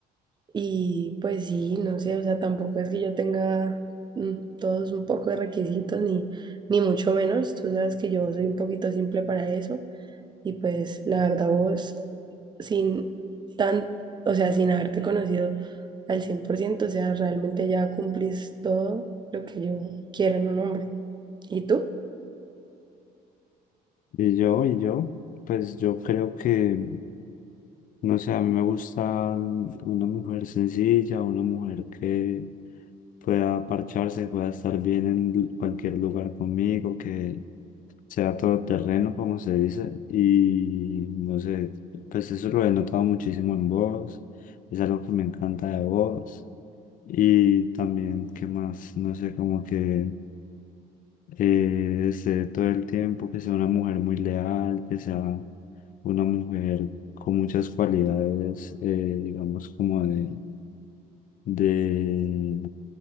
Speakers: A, on the right; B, on the left.
A: Y pues sí, no sé, o sea, tampoco es que yo tenga mm, todos un poco de requisitos, ni, ni mucho menos, tú sabes que yo soy un poquito simple para eso. Y pues la verdad vos, sin tan, o sea, sin haberte conocido al cien por ciento o sea, realmente ya cumplís todo lo que yo quiero en un hombre. ¿Y tú?
B: Y yo, y yo, pues yo creo que, no sé, a mí me gusta una mujer sencilla, una mujer que pueda parcharse, pueda estar bien en cualquier lugar conmigo, que sea todoterreno, como se dice. Y no sé, pues eso lo he notado muchísimo en vos, es algo que me encanta de vos. Y también, ¿qué más? No sé, como que eh, esté todo el tiempo, que sea una mujer muy leal, que sea una mujer con muchas cualidades, eh, digamos, como de de